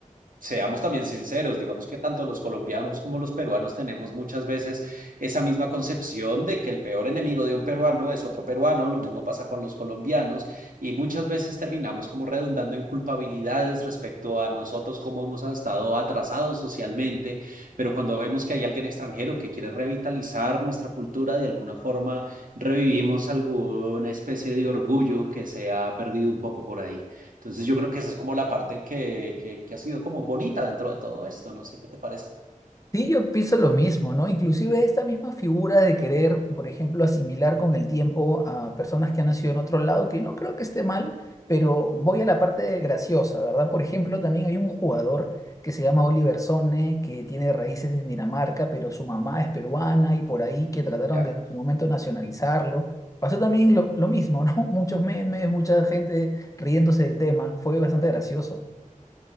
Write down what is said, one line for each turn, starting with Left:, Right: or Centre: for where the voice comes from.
Right: Seamos también sinceros, digamos que tanto los colombianos como los peruanos tenemos muchas veces esa misma concepción de que el peor enemigo de un peruano es otro peruano, lo mismo pasa con los colombianos y muchas veces terminamos como redundando en culpabilidades respecto a nosotros como hemos estado atrasados socialmente, pero cuando vemos que hay alguien extranjero que quiere revitalizar nuestra cultura, de alguna forma revivimos alguna especie de orgullo que se ha perdido un poco por ahí. Entonces yo creo que esa es como la parte que, que, que ha sido como bonita dentro de todo esto, no sé qué te parece.
Left: Sí, yo pienso lo mismo, ¿no? Inclusive esta misma figura de querer, por ejemplo, asimilar con el tiempo a personas que han nacido en otro lado, que no creo que esté mal, pero voy a la parte graciosa, ¿verdad? Por ejemplo, también hay un jugador que se llama Oliver Sone, que tiene raíces en Dinamarca, pero su mamá es peruana y por ahí que trataron
Right: Ya.
Left: de en su momento nacionalizarlo. Pasó también lo, lo mismo, ¿no? <laughs> Muchos memes, mucha gente riéndose del tema, fue bastante gracioso.